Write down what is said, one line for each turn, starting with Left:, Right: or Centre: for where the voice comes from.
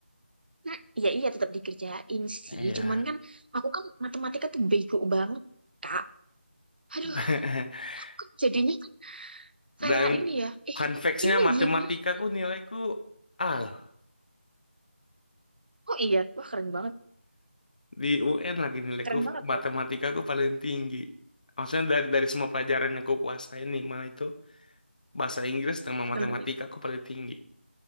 Right: hmm, ya iya tetap dikerjain sih.
Left: Iya.
Right: Cuman kan, aku kan matematika tuh bego banget, Kak. Aduh,
Left: <laughs>
Right: kok jadinya kan kayak
Left: Dan
Right: ini ya. Eh,
Left: fun facts-nya
Right: ini
Left: matematikaku
Right: gimana?
Left: nilaiku A lah.
Right: Oh iya, wah keren banget.
Left: Di UN lagi nilaiku
Right: Keren banget
Left: matematika
Right: loh
Left: aku paling tinggi. Maksudnya dari dari semua pelajaran yang aku kuasain nih mah itu bahasa Inggris sama
Right: matematika.
Left: matematika aku paling tinggi.